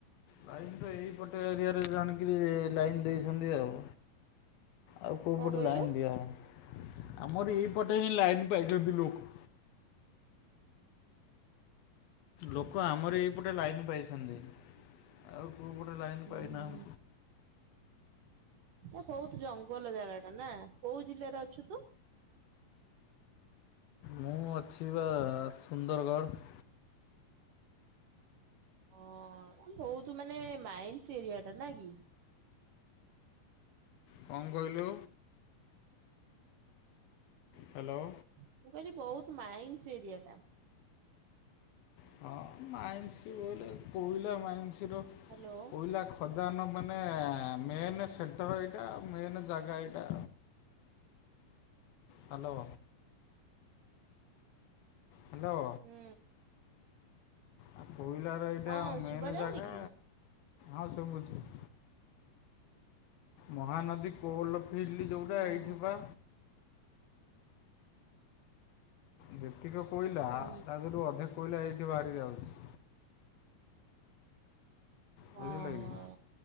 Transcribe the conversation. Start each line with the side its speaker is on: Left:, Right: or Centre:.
Left: ଲାଇନ ତ ଏଇପଟେ ଏରିଆରେ ଜାଣିକିରି ଲାଇନ ଦେଇଛନ୍ତି ଆଉ। ଆଉ କେଉଁ
Right: କଣ
Left: ପଟେ
Right: କହିଲୁ?
Left: ଲାଇନ୍ ଦିଆହେଇନି ଆମର ଏଇପଟେ ହିଁ ଲାଇନ୍ ପାଇଛନ୍ତି ଲୋକ ଲୋକ ଆମର ଏଇପଟେ ଲାଇନ୍ ପାଇଛନ୍ତି। ଆଉ କେଉଁ ପଟେ ଲାଇନ୍
Right: ହୁଁ
Left: ପାଇନାହ
Right: ହୁଁ ଏ ବହୁତ ଜଙ୍ଗଲ ଜାଗା ଟା ନା କୋଉ ଜିଲ୍ଲାରେ ଅଛୁ ତୁ?
Left: ମୁଁ ଅଛି ବା ସୁନ୍ଦରଗଡ଼।
Right: ଓଁ ବହୁତ ମାନେ ମାଇନ୍ସ ଏରିଆ ଟା ନାଇ କି?
Left: କଣ କହିଲୁ ହ୍ୟାଲୋ।
Right: ମୁଁ କହିଲି ବହୁତ ମାଇନ୍ସ ଏରିଆ ଟା।
Left: ହଁ ମାଇନସ୍ ବୋଇଲେ କୋଇଲା ମାଇନସ ର
Right: ହ୍ୟାଲୋ
Left: କୋଇଲା ଖଦାନ ମାନେ ମେନ ସେ ତର ଏଇଟା ମେନ୍ ଜାଗା ଏଇଟା। ହ୍ୟାଲୋ। ହ୍ୟାଲୋ।
Right: ହୁଁ।
Left: ଆଉ କୋଇଲାର ଏଇଟା
Right: ହଁ
Left: ମେନ୍
Right: ଶୁଭା ଯାଉନି
Left: ଜାଗା
Right: କି?
Left: ହଁ ସୁବୁଛି। ମହାନଦୀ କୋଲ ଫିଲ୍ଡ ଯେଉଁଟା
Right: ହଁ
Left: ଏଇଠି
Right: ହଁ
Left: ପା ଯେତିକି କୋଇଲା
Right: ହୁଁ
Left: ତା ଦେହରୁ ଅଧେ କୋଇଲା ଏଇଠି ବାହାରି ଯାଉଛି।
Right: ହଁ
Left: ବୁଝିଲେ କି
Right: ହଁ